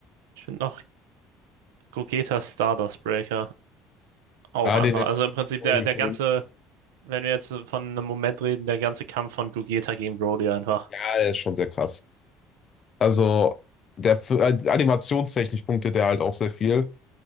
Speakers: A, on the right; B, on the left.
A: ich finde noch Gogetas Stardust Breaker auch
B: ah,
A: einfach.
B: den
A: Also im Prinzip der,
B: Animation,
A: der ganze, wenn wir jetzt von einem Moment reden, der ganze Kampf von Gogeta gegen Broly einfach.
B: ja, der ist schon sehr krass. Also, der f- äh, animationstechnisch punktet der halt auch sehr viel.